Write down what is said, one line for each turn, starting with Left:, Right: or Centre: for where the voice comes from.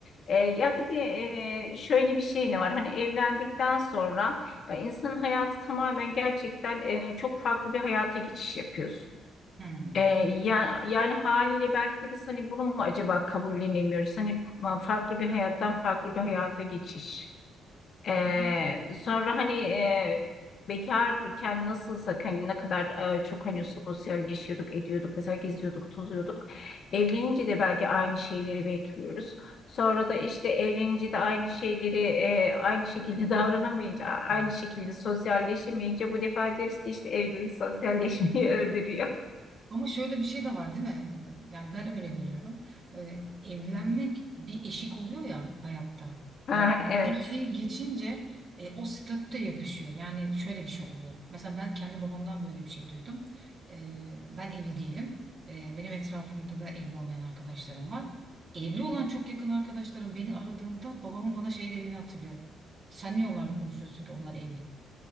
Left: Eh, ya bir de eh, şöyle bir şey de var. Hani evlendikten sonra ya insanın hayatı tamamen gerçekten eh, çok farklı bir hayata geçiş yapıyorsun.
Right: Hmm.
Left: E, yani, yani haliyle belki de biz hani bunu mu acaba kabullenemiyoruz? Hani ma- farklı bir hayattan farklı bir hayata geçiş. E,
Right: Hı hı.
Left: sonra hani e, bekarken nasılsak hani ne kadar e, çok hani sosyalleşiyorduk, ediyorduk, mesela geziyorduk, tozuyorduk. Evlenince de belki aynı şeyleri bekliyoruz. Sonra da işte evlenince de aynı şeyleri e, aynı şekilde <laughs> davranamayınca, a-
Right: Evet.
Left: aynı şekilde sosyalleşemeyince bu defa deriz ki işte evlilik sosyalleşmeyi <laughs> öldürüyor.
Right: Ama şöyle bir şey de var değil mi? Ee, Yani ben öyle görüyorum. Ee, evlenmek bir eşik oluyor ya hayatta.
Left: Ha,
Right: Yani
Left: evet.
Right: bu eşiği geçince e, o statüde yapışıyor. Yani şöyle bir şey oluyor. Mesela ben kendi babamdan böyle bir şey duydum. Ee, ben evli değilim. Ee, benim etrafımda da evli olmayan arkadaşlarım var. Evli olan çok yakın arkadaşlarım beni aradığında babamın bana şey dediğini hatırlıyorum. Sen niye onlarla konuşuyorsun ki onlar evli?